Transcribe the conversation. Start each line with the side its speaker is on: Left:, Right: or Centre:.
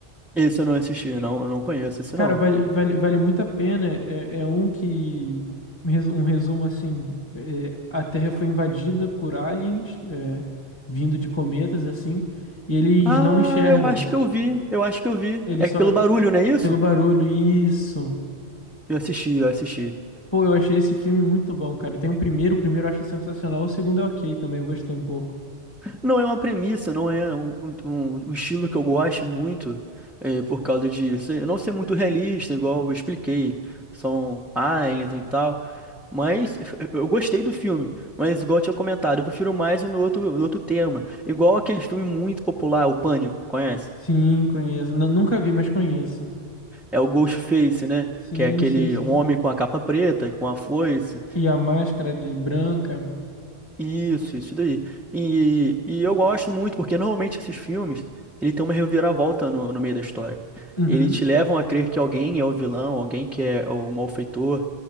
Centre: Esse eu não assisti, não, eu não conheço esse
Left: Cara,
Centre: não.
Left: vale, vale, vale muito a pena. É, é um que. res- Um resumo assim: é, a Terra foi invadida por aliens, é, vindo de cometas, assim, e eles
Centre: Ah,
Left: não enxergam.
Centre: eu acho que eu vi, eu acho que eu vi.
Left: Eles
Centre: É
Left: só.
Centre: pelo barulho, não é isso?
Left: Pelo barulho, isso.
Centre: Eu assisti, eu assisti.
Left: Pô, eu achei esse filme muito bom, cara. Tem o primeiro, o primeiro eu acho sensacional, o segundo é ok também, eu gostei um pouco.
Centre: Não é uma premissa, não é um, um- um um estilo que eu gosto muito, eh, por causa de ser- não ser muito realista, igual eu expliquei. São aliens e tal. Mas <laughs> eu eu gostei do filme, mas igual eu tinha comentado, eu prefiro mais no outro, no outro tema. Igual aquele filme muito popular, O Pânico, conhece?
Left: Sim, conheço. Nu- nunca vi, mas conheço.
Centre: É o Ghostface, né?
Left: Sim,
Centre: Que é aquele
Left: sim, sim.
Centre: um homem com a capa preta e com a foice.
Left: E a máscara de branca.
Centre: Isso, isso daí. E, e eu gosto muito, porque normalmente esses filmes, ele tem uma reviravolta no, no meio da história.
Left: Uhum,
Centre: Eles te levam a crer que alguém é o vilão, alguém que é o malfeitor,